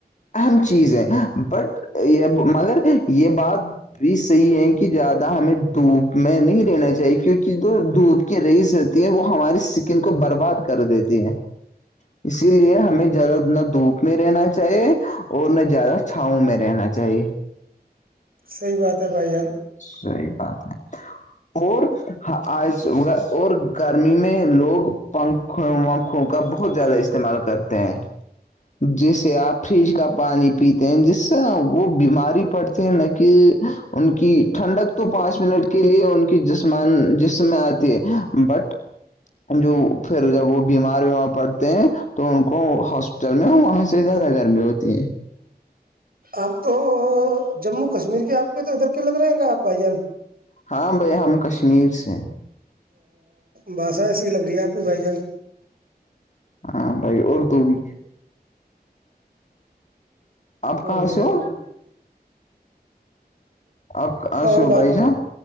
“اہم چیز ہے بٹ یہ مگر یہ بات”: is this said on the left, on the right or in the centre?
Left